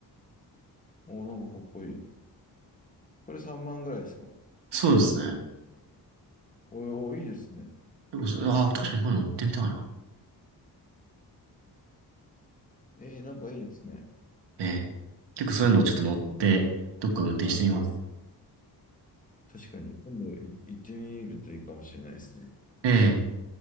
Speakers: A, on the left (about 20°); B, on the right (about 80°).
A: おー、なんかかっこいい。これ3万ぐらいですか
B: そうですね。
A: おーおー、いいですね。
B: でもそれ、ああ、確かにこれ乗ってみたいな。
A: えー、なんかいいですね。
B: ええ。結構そういうのをちょっと乗って、どっか運転してみます。
A: はい。確かに。今度い行ってみるといいかもしれないですね。
B: ええ。